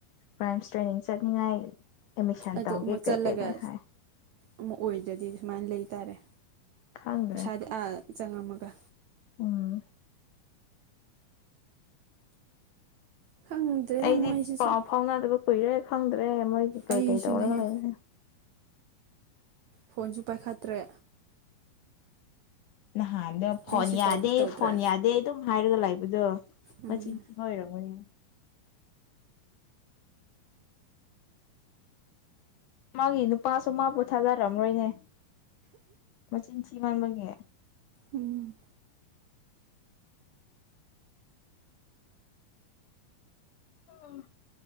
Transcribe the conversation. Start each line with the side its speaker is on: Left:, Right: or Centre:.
Left: ꯔꯥꯏꯝꯁ ꯇ꯭ꯔꯦꯅꯤꯡ ꯆꯠꯅꯤꯡꯉꯥꯏ ꯑꯦꯗꯃꯤꯁꯟ
Right: ꯑꯗꯨ
Left: ꯇꯧꯒꯦ
Right: ꯑꯃꯨꯛ ꯆꯠꯂꯒ
Left: ꯀꯩ ꯀꯩꯩꯅꯣ ꯍꯥꯏ
Right: ꯑꯃꯨꯛ ꯑꯣꯏꯗ꯭ꯔꯗꯤ ꯁꯨꯃꯥꯏꯅ ꯂꯩꯇꯥꯥꯔꯦ
Left: ꯈꯪꯗ꯭ꯔꯦ
Right: ꯄꯩꯁꯥꯗꯤ ꯑꯥ ꯆꯥꯡ ꯑꯃꯒ
Left: ꯎꯝ
Right: ꯈꯪꯗ꯭ꯔꯦꯗ
Left: ꯑꯩꯗꯤ
Right: ꯃꯣꯏꯁꯤꯁꯨ
Left: ꯄꯥꯎ ꯐꯥꯎꯅꯗꯕ ꯀꯨꯏꯔꯦ ꯈꯪꯗ ꯑꯦ ꯃꯣꯏꯒꯤ ꯀꯩꯀꯩ
Right: ꯑꯩꯁꯨꯅꯦꯍꯦ
Left: ꯇꯧꯔ ꯂꯩꯕꯅꯦ
Right: ꯐꯣꯟꯁꯨ ꯄꯥꯏꯈꯠꯇ꯭ꯔꯦ
Left: ꯅꯍꯥꯟꯗꯣ ꯐꯣꯟ
Right: ꯑꯩꯁꯨ
Left: ꯌꯥꯗꯦ
Right: ꯇꯧꯗꯤ ꯇꯧꯗ꯭ꯔꯦ
Left: ꯐꯣꯟ ꯌꯥꯗꯦ ꯑꯗꯨꯝ ꯍꯥꯏꯔꯒ ꯂꯩꯕꯗꯣ
Right: ꯎꯝ
Left: ꯃꯆꯤꯟ ꯊꯤꯕ ꯑꯣꯏꯔꯝꯒꯅꯤ ꯃꯥꯒꯤ ꯅꯨꯄꯥꯁꯨ ꯃꯥꯕꯨ ꯊꯥꯗꯔꯝꯔꯣꯏꯅꯦ ꯃꯆꯤꯟ ꯊꯤꯃꯟꯕꯒꯤ
Right: ꯎꯝ
Left: ꯎ